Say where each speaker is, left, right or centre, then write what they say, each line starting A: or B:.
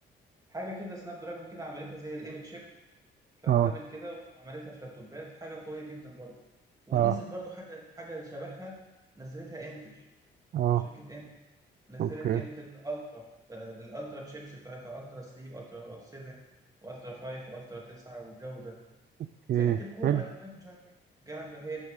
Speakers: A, on the right; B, on the right.
A: حاجة كده سناب دراجون كده عملتها زي الايمج شيب بتاعت
B: اه
A: ابل كده وعملتها في لابتوبات حاجة قوية جدا برضه ونزل
B: اه
A: برضه حاجة حاجة شبهها نزلتها انتل
B: اه
A: شركة انتل نزلت
B: اوكي
A: انتل الترا آه، الالترا تشيبس بتاعتها الترا 3 والترا 7 والترا 5 والترا 9 والجو ده
B: اوكي
A: زي انتل كور
B: حلو
A: اي 5 مش عارف ايه الكلام ده هي